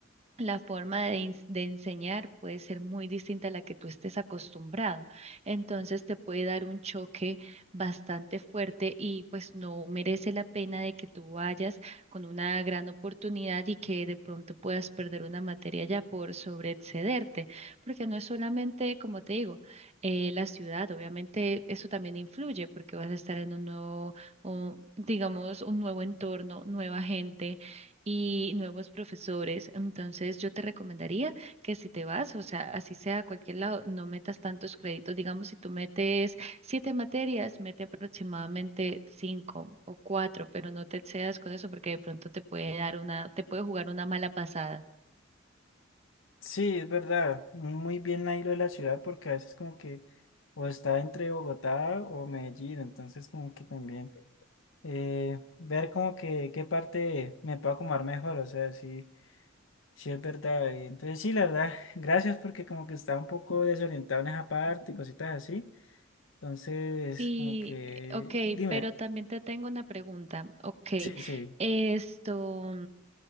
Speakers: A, on the right; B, on the left.
A: la forma de, ens- de enseñar puede ser muy distinta a la que tú estés acostumbrado. Entonces te puede dar un choque bastante fuerte y pues no merece la pena de que tú vayas con una gran oportunidad y que de pronto puedas perder una materia ya por sobreexcederte. Porque no es solamente, como te digo, eh, la ciudad, obviamente eso también influye porque vas a estar en un nuevo, o, digamos, un nuevo entorno, nueva gente y nuevos profesores. Entonces, yo te recomendaría que si te vas, o sea, así sea a cualquier lado, no metas tantos créditos. Digamos, si tú metes siete materias, mete aproximadamente cinco o cuatro, pero no te excedas con eso porque de pronto te puede dar una, te puede jugar una mala pasada.
B: Sí, es verdad. Muy bien ahí lo de la ciudad porque a veces como que o está entre Bogotá o Medellín, entonces como que también eh, ver como que qué parte me puedo acomodar mejor, o sea, sí, sí es verdad. y entonces sí, la verdad, <laughs> gracias porque como que estaba un poco desorientado en esa parte y cositas así. Entonces,
A: Y,
B: como que,
A: eh, ok,
B: dime,
A: pero también te tengo una pregunta. Ok,
B: sí, sí,
A: esto.